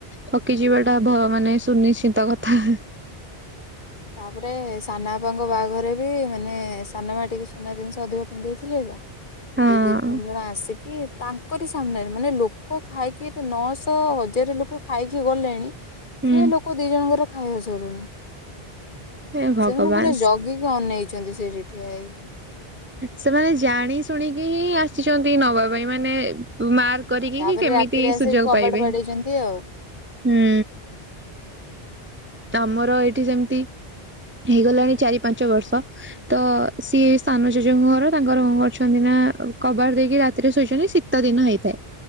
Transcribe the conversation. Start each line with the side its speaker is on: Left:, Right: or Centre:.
Right: ଥକିଯିବାଟା ଭ ମାନେ ସୁନିଶ୍ଚିତ କଥା
Left: ତାପରେ ସାନାବାପାଙ୍କ ବାହାଘରେ ବି ମାନେ ସାନମା ଟିକେ ସୁନା ଜିନିଷ ଅଧିକ ପିନ୍ଧି ଦେଇଥିଲେ ତ
Right: ହଁ
Left: ସେ ଦି ତିନି ଜଣ ଆସିକି କି ତାଙ୍କରି ସାମ୍ନାରେ ମାନେ ଲୋକ ଖାଇକି ଏତେ ନଅଶହ ହଜାର ଲୋକ ଖାଇକି ଗଲେଣି
Right: ହୁଁ
Left: ସେ ଲୋକ ଦି ଜଣଙ୍କର ଖାଇବା ସରୁନି
Right: ହେ ଭଗବାନ
Left: ସେମାନେ ପୁରା ଜଗିକି ଅନେଇଛନ୍ତି ସେଇଠି ଠିଆ ହେଇକି
Right: ସେମାନେ ଜାଣି ଶୁଣିକି ହିଁ ଆସିଛନ୍ତି ନବା ପାଇଁ ମାନେ ମାର୍ କରିକି
Left: ତାପରେ
Right: କି କେମିତି
Left: ରାତିରେ ଆସିକି
Right: ସୁଯୋଗ
Left: କବାଟ
Right: ପାଇବେ
Left: ବାଡେଇଛନ୍ତି ଆଉ
Right: ହୁଁ ତମର ଏଇଠି ଯେମିତି ହେଇଗଲାଣି ଚାରି ପାଞ୍ଚ ବର୍ଷ ତ ସିଏ ସାନ ଜେଜେଙ୍କ ଘର ତାଙ୍କର କଣ କରିଛନ୍ତି ନା କବାଟ ଦେଇକି ରାତିରେ ଶୋଇଛନ୍ତି ଶୀ ଶୀତ ଦିନ ହେଇଥାଏ